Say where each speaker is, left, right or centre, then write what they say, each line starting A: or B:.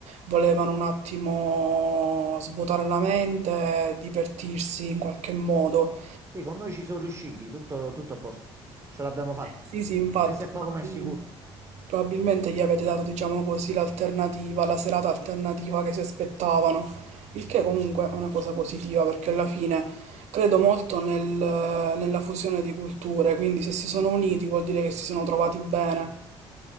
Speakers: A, on the right; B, on the right.
A: volevano un attimo svuotare la mente, divertirsi in qualche modo.
B: Sì, con noi ci sono riusciti, tutto, tutto a posto. Ce l'abbiamo fatta.
A: Sì, sì, infatti,
B: Questo è
A: ma,
B: poco ma è sicuro.
A: mm, probabilmente gli avete dato, diciamo così, l'alternativa, la serata alternativa che si aspettavano, il che comunque è una cosa positiva perché alla fine credo molto nel- nella fusione di culture, quindi se si sono uniti vuol dire che si sono trovati bene.